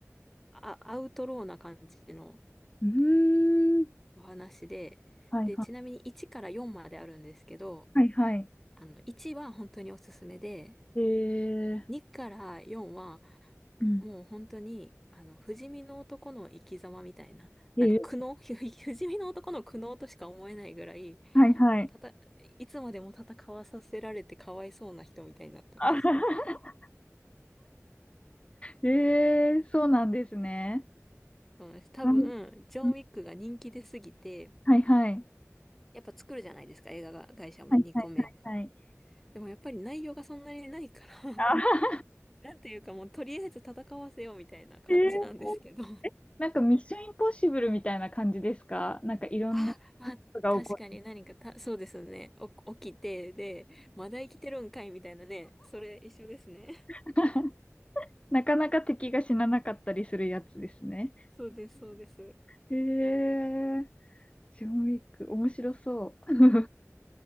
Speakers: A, in the centre; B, on the left (about 20°).
A: あ、アウトローな感じの
B: うーん。
A: お話で、
B: はいはい。
A: で、ちなみに1から4まであるんですけど、
B: はいはい。
A: あの、1は本当におすすめで、
B: ええ
A: 2から4は
B: うん。
A: もう本当に、あの、不死身の男の生き様みたいな、
B: ええ
A: なんか苦悩、<laughs> 不死身の男の苦悩としか思えないぐらい、
B: はいはい。
A: たた、いつまでも戦わさせられてかわいそうな人みたいになってます。
B: <laughs> あははええそうなんですね。
A: <laughs> そうなんです。多分、
B: はい。
A: ジョン・
B: うん
A: ウィックが人気出すぎて、
B: はいはい。
A: やっぱ作るじゃないですか、映画が、会社も2個目。
B: はいはいはいはい。
A: でもやっぱり内容がそんなにないから
B: あ、
A: <laughs> なんていうかもうとりあえず戦わせようみたいな感じなんですけど
B: ええなんかミッションインポッシブルみたいな感じですかなんかいろんなこ
A: あ、まあ、
B: とが起こる。
A: 確かに何かた、そうですね。お、起きて、で、まだ生きてるんかいみたいなね。それ一緒ですね。<laughs>
B: <laughs> なかなか敵が死ななかったりするやつですね。
A: そうです、そうです。
B: へえジョンウィック、面白そう。